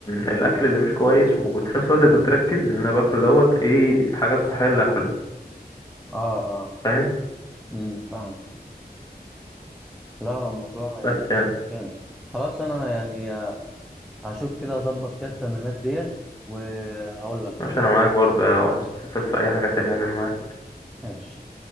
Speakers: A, on the left; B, in the centre.
A: الاكل اللي مش كويس وفي نفس الوقت انت بتركز ان انا باكله دوت ايه الحاجات الصحيه اللي هاكلها
B: اه اه
A: فاهم
B: امم فاهم لا هو الموضوع
A: بس
B: يعني
A: يعني
B: جامد خلاص انا يعني هشوف كده هظبط كده التمرينات ديت وهقول لك
A: ماشي
B: برضه
A: انا معاك برضه لو عايز تسأل في اي حاجة تانية يعني انا معاك
B: ماشي